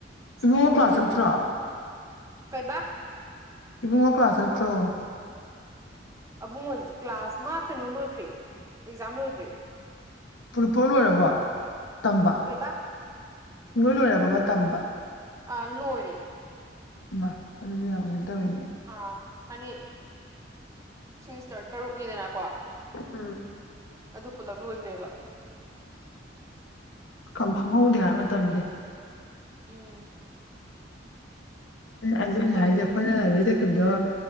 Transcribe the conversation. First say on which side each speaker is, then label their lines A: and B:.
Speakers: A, on the left; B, on the right.
A: ꯏꯕꯨꯡꯉꯣ
B: ꯐꯣꯟꯁꯦꯀꯣ
A: ꯀ꯭ꯂꯥꯁ ꯆꯠꯇ꯭ꯔꯣ
B: ꯀꯩꯕꯥ
A: ꯏꯕꯨꯡꯉꯣ ꯀ꯭ꯂꯥꯁ ꯅꯠꯇ꯭ꯔꯣ
B: ꯕꯨꯡ ꯀ꯭ꯂꯥꯁ ꯃꯥ ꯀꯩꯅꯣ ꯂꯣꯏꯈ꯭ꯔꯦ ꯑꯦꯛꯖꯥꯝ ꯂꯣꯏꯈ꯭ꯔꯦ
A: ꯄꯄꯣ ꯂꯣꯏꯔꯕꯣ ꯇꯝꯕ
B: ꯀꯩꯕꯥ
A: ꯄꯨꯡꯂꯣꯏ ꯂꯣꯏꯔꯕꯔꯕ ꯇꯝꯕ
B: ꯑ ꯂꯣꯏꯔꯦ
A: ꯃꯥ ꯑꯗꯨꯗꯤ ꯌꯥꯝ ꯀꯩꯅꯣ ꯇꯧꯋꯅꯦ
B: ꯑꯥ ꯍꯥꯏꯅꯤ ꯁꯤꯦꯃꯤꯁꯇꯔ ꯇꯔꯨꯛꯅꯤꯗꯅꯀꯣ
A: ꯎꯝ
B: ꯑꯗꯨ ꯄꯨꯂꯞ ꯂꯣꯏꯈ꯭ꯔꯦꯕ
A: ꯀ ꯈꯪꯍꯧꯗꯦ ꯍꯥꯏꯕ ꯃꯇꯝꯁꯦ
B: ꯎꯝ ꯑꯁ
A: ꯑꯗꯨꯩꯅ
B: ꯈꯪꯗꯦ
A: ꯍꯥꯏꯁꯦ ꯑꯩꯈꯣꯏꯅ ꯈꯤꯕꯗꯣ